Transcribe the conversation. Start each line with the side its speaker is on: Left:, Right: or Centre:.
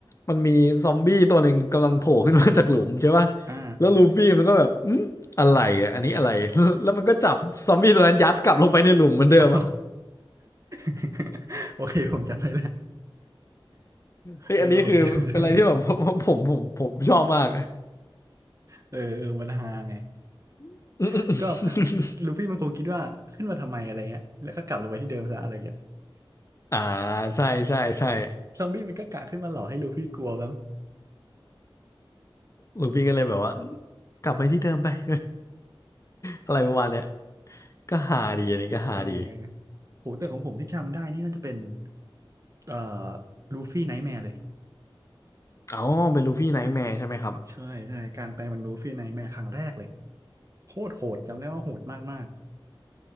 Left: มันมีซอมบี้ตัวหนึ่งกำลังโผล่ขึ้นมาจากหลุมใช่ป่ะ
Right: อ่า
Left: แล้วลูฟี่มันก็แบบอืมอะไรอะอันนี้อะไรแล้ว <laughs> แล้วมันก็จับซอมบี้ตัวนั้นยัดกลับลงไปในหลุมเหมือนเดิมอะ
Right: <laughs> อ๋อ <laughs> โอเค ผมจำได้แล้ว
Left: เอ้ยอันนี้คือเป็นอะไรที่แบบ
Right: เออ ผมจำได้
Left: <laughs> ผมผมผมผมชอบมาก
Right: เออเออมันฮาไง
Left: <laughs> อืมอม
Right: <laughs> ก็
Left: อืม
Right: ลูฟี่มันคงคิดว่าขึ้นมาทำไมอะไรเงี้ยแล้วก็กลับลงไปที่เดิมซะอะไรเงี้ย
Left: อ่าใช่ใช่ใช่
Right: ซอมบี้มันก็กะขึ้นมาหลอกให้ลูฟี่กลัวบ้าง
Left: ลูฟี่ก็เลยแบบว่ากลับไปที่เดิมไป <laughs> อะไรประมาณเนี้ยก็หาดีอันนี้ก็หาดี
Right: เออโหแต่ของผมที่จำได้นี่น่าจะเป็นเอ่อลูฟี่ไนท์แมร์เลย
Left: อ๋อเป็นลูฟี่ไนท์แมร์ใช่ไหมครับ
Right: ใช่ใช่การแปลเป็นลูฟี่ไนท์แมร์ครั้งแรกเลยโคตรโหดจำได้ว่าโหดมากมาก